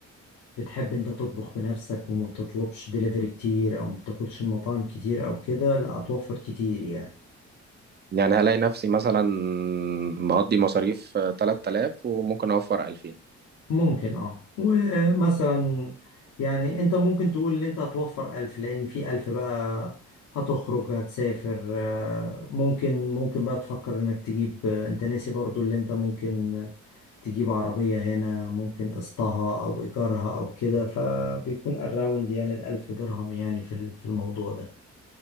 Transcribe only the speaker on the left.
بتحب انت تطبخ بنفسك وما بتطلبش دليفري كتير او ما بتاكلش المطاعم كتير او كده لا هتوفر كتير يعني
ممكن اه ومثلا يعني انت ممكن تقول ان انت هتوفر ألف لان في ألف بقى هتخرج هتسافر آه، ممكن ممكن بقى تفكر انك تجيب آه، انت ناسي برضو اللي انت ممكن تجيب عربية هنا ممكن قسطها او ايجارها او كده فبيكون الراوند يعني الألف درهم يعني في ال- في الموضوع ده